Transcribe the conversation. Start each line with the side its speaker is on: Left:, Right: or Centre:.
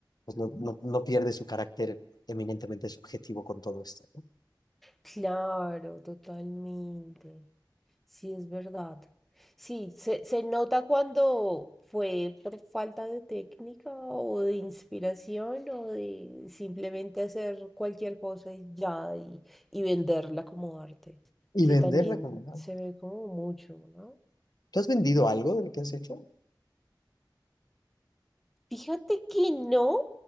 Left: pues, no, no, no pierde su carácter eminentemente subjetivo con todo esto. ¿no?
Centre: Claro, totalmente. Sí, es verdad. Sí, se, se nota cuando fue por falta de técnica o de inspiración o de simplemente hacer cualquier cosa y ya y, y venderla como arte,
Left: Y
Centre: que
Left: venderla
Centre: también
Left: como un
Centre: se ve como mucho, ¿no?
Left: ¿Tú has vendido algo de lo que has hecho?
Centre: Fíjate que no,